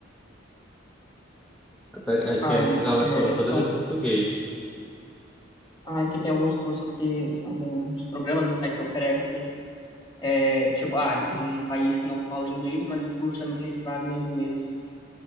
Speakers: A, in the centre; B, on the left.
A: Até acho
B: Ah,
A: que as
B: é,
A: minhas aulas
B: é,
A: foram todas
B: então,
A: em português.
B: ah, aqui tem alguns cursos que, alguns programas, né, que oferecem É, tipo, ah, em um país que não fala inglês, mas o curso é ministrado em inglês.